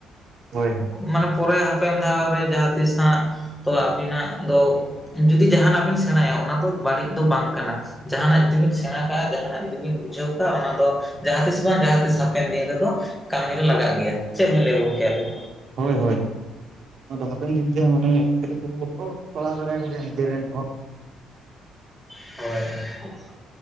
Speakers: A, on the right; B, in the centre.
A: ᱦᱳᱭ
B: ᱢᱟᱱᱮ ᱯᱚᱨᱮ ᱦᱟᱯᱮᱱ ᱫᱷᱟᱣ ᱨᱮ ᱡᱟᱦᱟᱸ ᱛᱤᱥ ᱦᱟᱸᱜ ᱛᱚᱣᱟ ᱟᱵᱤᱱᱟᱜ ᱫᱚ ᱡᱩᱫᱤ ᱡᱟᱦᱟᱱᱟᱜ ᱵᱤᱱ ᱥᱮᱬᱟᱭᱟ ᱚᱱᱟ ᱫᱚ ᱵᱟᱹᱲᱤᱡ ᱫᱚ ᱵᱟᱝ ᱠᱟᱱᱟ ᱡᱟᱦᱟᱱᱟᱜ ᱡᱩᱫᱤ ᱵᱤᱱ ᱥᱮᱬᱟ ᱠᱟᱜᱼᱟ ᱡᱟᱦᱟᱱᱟᱜ ᱡᱩᱫᱤ ᱵᱤᱱ ᱵᱩᱡᱷᱟᱹᱣ ᱠᱟᱜᱼᱟ ᱚᱱᱟ ᱫᱚ ᱡᱟᱦᱟᱸ ᱛᱤᱥ ᱵᱟᱝ ᱡᱟᱦᱟᱸ ᱛᱤᱥ ᱦᱟᱯᱮᱱ ᱫᱤᱱ ᱨᱮᱫᱚ ᱠᱟᱹᱢᱤ ᱨᱮ ᱞᱟᱜᱟᱜ ᱜᱮᱭᱟ ᱪᱮᱫ ᱵᱤᱱ ᱞᱟᱹᱭ ᱜᱚᱢᱠᱮ ᱟᱵᱤᱱ
A: ᱦᱳᱭ ᱦᱟᱯᱮᱱ ᱫᱤᱱ ᱛᱮᱟᱱᱮ ᱠᱚ <unintelligible> ᱤᱡ <unintelligible>
B: ᱦᱳᱭ